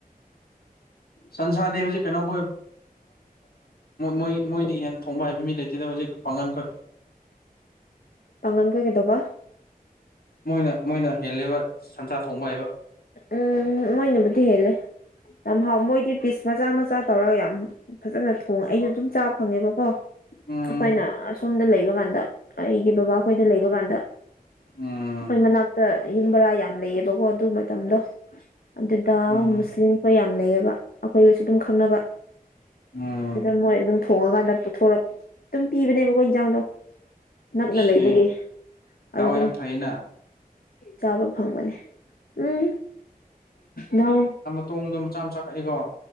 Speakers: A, on the left (about 80°); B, on the left (about 70°).
A: ꯁꯟꯁꯥꯗꯤ ꯍꯧꯖꯤꯛ ꯀꯩꯅꯣꯈꯣꯏ ꯣꯏ ꯃꯣꯏ ꯃꯣꯏꯗꯤ ꯍꯦꯟꯅ ꯊꯣꯡꯕ ꯍꯥꯏꯕ ꯃꯤ ꯂꯩꯇꯦꯗ ꯍꯧꯖꯤꯛ ꯄꯥꯡꯒꯟꯈꯣꯏ
B: ꯄꯥꯡꯒꯟ ꯀꯩ ꯀꯩꯗꯧꯕ
A: ꯃꯣꯏꯅ ꯃꯣꯏꯅ ꯍꯦꯜꯂꯦꯕ ꯁꯟꯖꯥ ꯊꯣꯡꯕ ꯍꯥꯏꯕ
B: ꯎꯝ ꯃꯣꯏꯅꯕꯨꯗꯤ ꯍꯂꯦ ꯌꯥꯝ ꯍꯥꯎ ꯃꯣꯏꯗꯤ ꯄꯤꯁ ꯃꯆꯥ ꯃꯆꯥ ꯇꯧꯔꯒ ꯌꯥꯝ ꯐꯖꯅ ꯊꯣꯡꯉꯦ ꯑꯩꯅ ꯑꯗꯨꯝ ꯆ ꯐꯪꯉꯦꯕ ꯀꯣ
A: ꯎꯝ
B: ꯑꯩꯈꯣꯏꯅ ꯑꯁꯣꯝꯗ ꯂꯩꯕ ꯀꯥꯟꯗ ꯑꯩꯒꯤ ꯕꯕꯥ ꯑꯩꯈꯣꯏꯗ ꯂꯩꯕ ꯀꯥꯟꯗ
A: ꯎꯝ
B: ꯑꯩꯈꯣꯏ ꯃꯅꯥꯛꯇ ꯌꯨꯝꯕꯔꯥ ꯌꯥꯝ ꯂꯩꯌꯦꯕꯀꯣ ꯑꯗꯨ ꯃꯇꯝꯗꯣ ꯑꯗꯨꯗ
A: ꯎꯝ
B: ꯃꯨꯁꯂꯤꯝꯁꯨ ꯌꯥꯝ ꯂꯩꯌꯦꯕ ꯑꯩꯈꯣꯏꯒꯁꯨ ꯑꯗꯨꯝ ꯈꯪꯅꯕ
A: ꯎꯝ
B: ꯑꯗꯨꯗ ꯃꯣꯏ ꯑꯗꯨꯝ ꯊꯣꯡꯉꯀꯥꯟꯗ ꯄꯨꯊꯣꯔꯛ ꯑꯗꯨꯝ ꯄꯤꯕꯅꯦꯕꯀꯣ ꯏꯟꯖꯥꯡꯗꯣ ꯅꯛꯅ
A: ꯁꯦ
B: ꯂꯩꯕꯒꯤ ꯑꯗꯨ
A: ꯗꯥꯎ
B: ꯑꯗꯨꯝ
A: ꯌꯥꯝ ꯐꯩꯅ
B: ꯆꯥꯕ ꯐꯪꯕꯅꯦ ꯎꯝ ꯅꯎ
A: ꯇꯣꯡꯗꯣ ꯃꯆꯥ ꯃꯆꯥ ꯀꯛꯦꯀꯣ